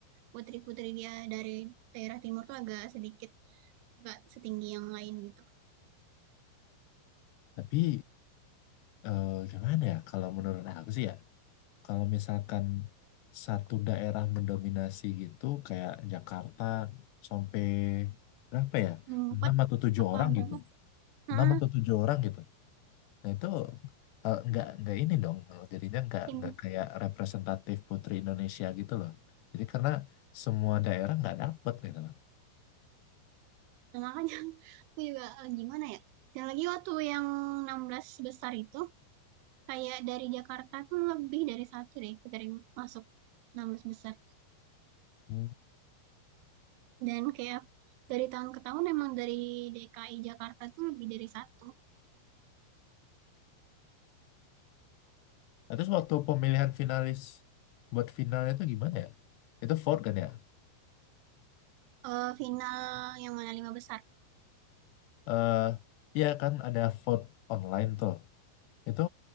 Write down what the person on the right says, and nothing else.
putri-putri dia dari daerah timur tuh agak sedikit nggak setinggi yang lain gitu.
Hmm,
empat
apa
berapa?
Nah,
tim
nah, makanya <laughs> aku juga eh, gimana ya? Dan lagi waktu yang 16 besar itu kayak dari Jakarta tuh lebih dari satu deh dari masuk 16 besar.
Dan kayak dari tahun ke tahun emang dari DKI Jakarta tuh lebih dari satu
eh, final yang mana lima besar.